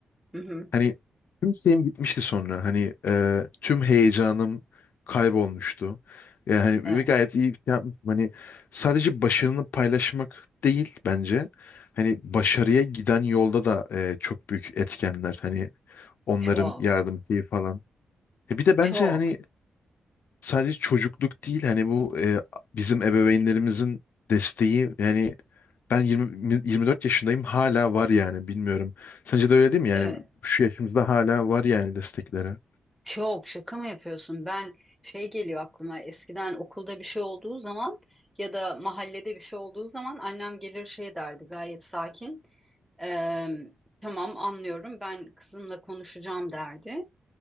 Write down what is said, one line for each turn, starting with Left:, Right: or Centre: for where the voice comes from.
Centre: Hı hı.
Left: Hani tüm şeyim gitmişti sonra hani e, tüm heyecanım kaybolmuştu. Yani hani
Centre: Evet.
Left: ve gayet iyi bir şey yapmıştım. Hani sadece başarını paylaşmak değil bence. Hani başarıya giden yolda da e, çok büyük etkenler. Hani onların
Centre: Çok.
Left: yardım şeyi falan. E bir de bence
Centre: Çok.
Left: hani sadece çocukluk değil hani bu e, bizim ebeveynlerimizin desteği yani ben 20, 24 yaşındayım hala var yani bilmiyorum. Sence de öyle değil mi yani
Centre: Evet.
Left: şu yaşımızda hala var yani destekleri.
Centre: Çok. Şaka mı yapıyorsun? Ben şey geliyor aklıma. Eskiden okulda bir şey olduğu zaman ya da mahallede bir şey olduğu zaman annem gelir şey derdi gayet sakin. Eee, tamam anlıyorum ben kızımla konuşacağım derdi.